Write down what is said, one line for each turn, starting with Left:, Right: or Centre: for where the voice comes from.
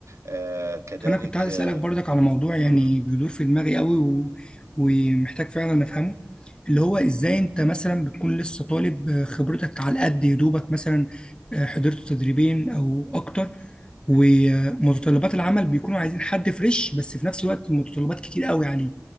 Right: آه كذلك
Left: انا كنت عايز
Right: آه،
Left: اسالك برضك على موضوع يعني
Right: مم،
Left: بيدور في دماغي قوي و... ومحتاج فعلا افهمه اللي هو ازاي
Right: مم،
Left: انت مثلا بتكون لسه طالب آه، خبرتك على قد يدوبك مثلا آه، حضرت تدريبين او اكتر ومتطلبات العمل بيكونوا عايزين حد فريش بس في نفس الوقت متطلبات كتير قوي عليه